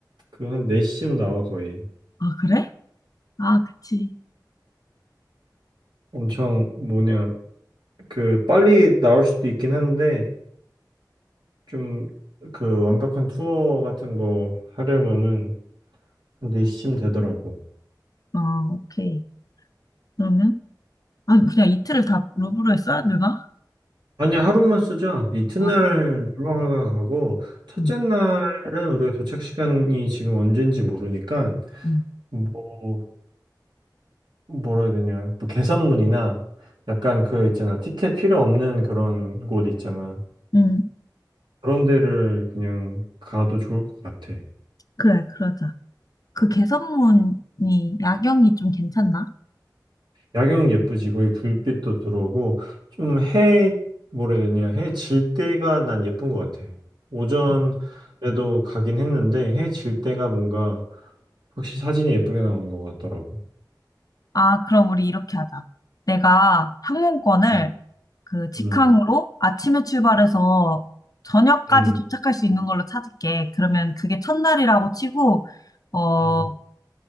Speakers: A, on the right; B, on the left.
A: 그 한 4시쯤 나와, 거의.
B: 아, 그래? 아, 그치.
A: 엄청, 뭐냐, 그, 빨리 나올 수도 있긴 한데, 좀, 그 완벽한 투어 같은 거 하려면은 한 4시쯤 되더라고.
B: 어, 오케이. 그러면 아, 그냥 이틀을 다 루브르에 써야 되나?
A: 아니, 하루만 쓰죠. 이튿날
B: 아, 그래.
A: 놀러가 가고, 첫째
B: 응,
A: 날은 우리가 도착 시간이 지금 언젠지 모르니까,
B: 응.
A: 뭐, 뭐라 해야 되냐. 뭐 개선문이나 약간 그 있잖아. 티켓 필요 없는 그런 곳 있잖아.
B: 응,
A: 그런 데를 그냥 가도 좋을 것 같아.
B: 그래, 그러자. 그
A: 어.
B: 개선문이 야경이 좀 괜찮나?
A: 야경 예쁘지. 거기 불빛도 들어오고, 좀 해, 뭐라 해야 되냐. 해 질 때가 난 예쁜 것 같아. 오전에도
B: 음.
A: 가긴 했는데, 해 질 때가 뭔가, 확실히 사진이 예쁘게 나온 것 같더라고.
B: 아, 그럼 우리 이렇게 하자. 내가 항공권을
A: 음,
B: 그 직항으로
A: 음,
B: 아침에 출발해서 저녁까지
A: 음,
B: 도착할 수 있는 걸로 찾을게. 그러면 그게 첫날이라고 치고, 어,
A: 음,